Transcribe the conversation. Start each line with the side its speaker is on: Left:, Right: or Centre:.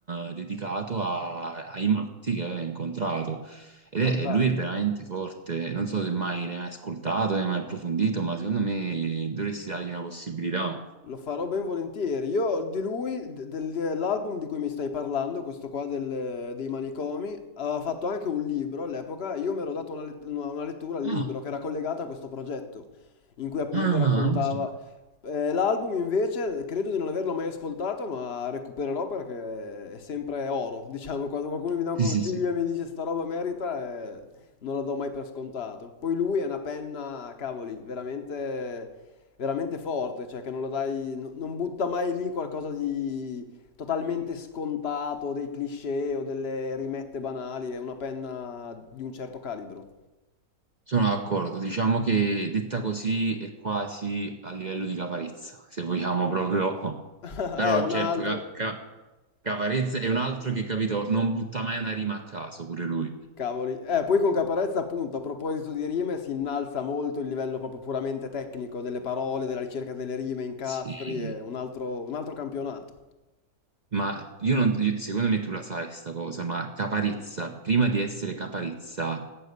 Right: eh, dedicato a- ai matti che aveva incontrato. Ed
Left: Fantastico.
Right: è, e lui è veramente forte, non so se mai ne hai mai ascoltato, ne hai mai approfondito, ma secondo me dovresti dargli una possibilità.
Left: Lo farò ben volentieri. Io di lui, de- del- dell'album di cui mi stai parlando, questo qua del- dei manicomi, aveva fatto anche un libro all'epoca. Io mi ero dato una, let- una- una lettura al
Right: Ah,
Left: libro che era collegata a questo progetto, in cui appunto
Right: ah,
Left: raccontava.
Right: non lo so.
Left: Eh, l'album invece credo di non averlo mai ascoltato, ma recupererò perché è sempre oro. Diciamo, quando qualcuno mi dà
Right: Sì,
Left: un consiglio
Right: sì, sì.
Left: e mi dice sta roba merita, eh, non la do mai per scontato. Poi lui è una penna, cavoli, veramente, veramente forte, cioè che non la dai, n- non butta mai lì qualcosa di totalmente scontato, dei cliché o delle rimette banali, è una penna di un certo calibro.
Right: Sono d'accordo, diciamo che detta così è quasi a livello di Caparezza, se vogliamo proprio.
Left: <laughs>
Right: Però
Left: Eh, un
Right: certo,
Left: altro.
Right: Ca- Ca- Caparezza è un altro che, capito, non butta mai una rima a caso, pure lui.
Left: Cavoli. Eh, poi con Caparezza, appunto, a proposito di rime, si innalza molto il livello proprio puramente tecnico delle parole, della ricerca delle rime, incastri,
Right: Sì,
Left: è un altro, un altro campionato.
Right: ma io non, io- secondo me tu la sai sta cosa, ma Caparezza, prima di essere Caparezza,